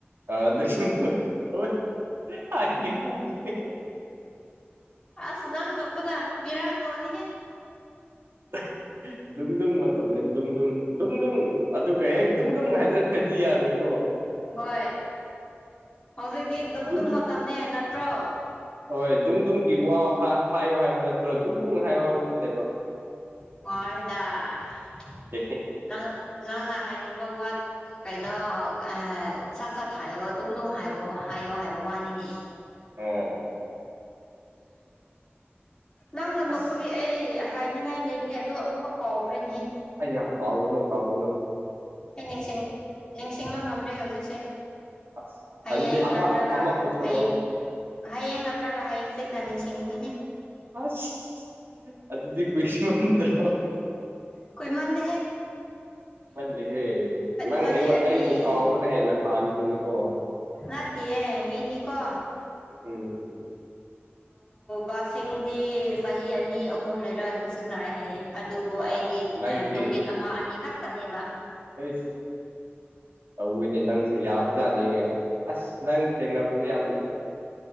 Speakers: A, on the right; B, on the left.
A: ꯑꯥ ꯗꯁꯨ ꯑꫭꯏ ꯍꯥꯏꯒꯦ ꯍꯥꯏꯒꯦ
B: ꯑꯁ ꯅꯪ ꯅꫭꯛꯄꯗ ꯄꯤꯔꯥꯡ ꯊꫭꯛꯑꯅꯤ ꯍꯦꯛ
A: <unintelligible> ꯗꯨꯡꯗꯨꯡ ꯃꯇꯝꯅꯤ ꯗꯨꯡꯗꯨꯡ ꯗꯨꯡꯗꯨꯡ ꯑꯗꯨꯒ ꯍꯦꯛ ꯗꯨꯡꯗꯨꯨꯡ ꯍꯥꯏꯗꯔꯄꯗꯤ ꯌꯥꯔꯣꯏꯀꯣ
B: ꯍꯣꯏ ꯍꯧꯖꯤꯛꯇꯤ ꯗꯨꯡꯗꯨꯡ
A: ꯗꯨꯡ
B: ꯃꯇꯝꯅꯦ ꯅꯠꯇ꯭ꯔꯣ
A: ꯍꯣꯏ ꯗꯨꯡꯗꯨꯡꯒꯤ ꯋꯥ ꯍꯥꯏꯌꯣ ꯍꯥꯏꯕ ꯅꯠꯇ꯭ꯔꯣ ꯗꯨꯡꯗꯨꯡ ꯍꯥꯏꯌꯣ ꯍꯥꯏꯕ ꯅꯠꯇꯦꯕ
B: ꯍꯣꯏꯗ
A: ꯑꯦ ꯍꯦ
B: ꯅꯪ ꯅꯪꯅ ꯍꯥꯏꯅꯤꯡꯕ ꯋꯥ ꯀꯩꯅꯣ ꯑꯥ ꯁꯠ ꯁꯠ ꯍꯥꯏꯌꯣ ꯗꯨꯡ ꯗꯨꯡ ꯍꯥꯏꯕ ꯍꯥꯏꯌꯣ ꯍꯥꯏꯕ ꯋꯥꯅꯤꯅꯦ
A: ꯑꯣ
B: ꯅꯪꯅ ꯅꯣꯛꯄꯒꯤ
A: ꯑꯁ
B: ꯑꯩ ꯍꯥꯏꯅꯤꯡꯉꯥꯏ ꯂꯩꯕꯅꯦ ꯑꯗꯣ ꯑꯃꯨꯛꯀ ꯀꯥꯎꯈ꯭ꯔꯅꯤꯍꯦ
A: ꯑ ꯀꯥꯎꯒꯅꯣ ꯀꯥꯎꯒꯅꯣ
B: ꯑꯩ ꯅꯤꯡꯁꯤꯡ ꯅꯤꯡꯁꯤꯡꯕ ꯉꯝꯗ꯭ꯔꯦ ꯍꯧꯖꯤꯛꯁꯦ
A: ꯑꯁ
B: ꯍꯌꯦꯡ
A: ꯑꯗꯨꯗꯤ ꯑꯃ
B: ꯅꯠꯇ꯭ꯔꯒ
A: ꯑꯃ ꯄꯨꯊꯣꯔꯛꯑꯣ
B: ꯍꯌꯦꯡ ꯍꯌꯦꯡ ꯅꯠꯇ꯭ꯔꯒ ꯍꯌꯦꯡꯁꯗ ꯅꯤꯡꯁꯤꯡꯒꯅꯤꯉ
A: ꯑꯁ ꯑꯗꯨꯗꯤ ꯀ꯭ꯋꯁꯃꯟꯗ꯭ꯔ
B: ꯀꯣꯏ ꯃꯥꯥꯟꯗ ꯍꯦ
A: ꯃꯟꯗꯤꯍꯦ ꯅꯪ
B: ꯆꯍꯤ
A: ꯑꯩꯉꯣꯟ
B: ꯑꯅꯤ
A: ꯑꯩꯕꯨ ꯀꯥꯎꯕꯅ ꯍꯦꯟꯅ ꯍꯥꯟꯈꯤꯅꯤꯀꯣ
B: ꯅꯇꯌꯦꯦ ꯃꯤꯗꯤ ꯀꯣ
A: ꯎꯝ
B: ꯀ ꯁꯤꯡꯗꯤ ꯆꯍꯤ ꯑꯅꯤ ꯑꯍꯨꯝ ꯂꯩꯔꯒ ꯅꯤꯡꯁꯤꯡꯂꯛꯑꯦ ꯍꯥꯏꯌꯦ ꯑꯗꯨꯕꯨ
A: ꯑꯥ
B: ꯑꯩꯗꯤ
A: ꯅꯪꯗꯤ
B: ꯅꯨꯃꯤꯠ ꯑꯃ ꯑꯅꯤ ꯈꯛꯇꯅꯦꯕ
A: ꯀꯩꯁ ꯇꯧꯏꯅꯦ ꯅꯪꯁꯦ ꯌꯥꯕꯖꯥꯠꯅꯦꯒ ꯑꯁ ꯅꯪ ꯊꯦꯡꯅꯕꯁꯦ ꯌꯥꯝ